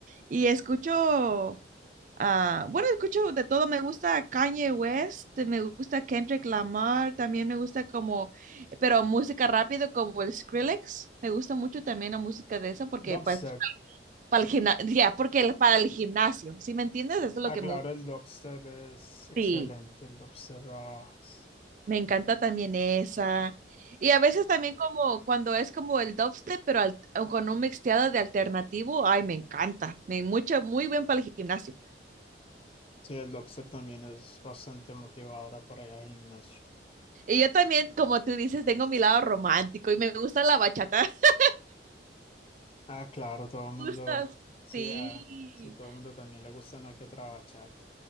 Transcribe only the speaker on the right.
y escucho Ah, bueno, escucho de todo, me gusta Kanye West, me gusta Kendrick Lamar, también me gusta como, pero música rápido como el Skrillex, me gusta mucho también la música de esa porque
pues para el gimnasio, ya, porque el- para el gimnasio, ¿sí me entiendes? Eso es lo
que
me gusta.
Sí,
me encanta también esa. Y a veces también como cuando es como el dubstep, pero al- con un mixteado de alternativo, ay, me encanta, me mucho, muy bien para el gimnasio.
Y yo también, como tú dices, tengo mi lado romántico y me gusta la bachata. <laughs>
Me gusta
Sí,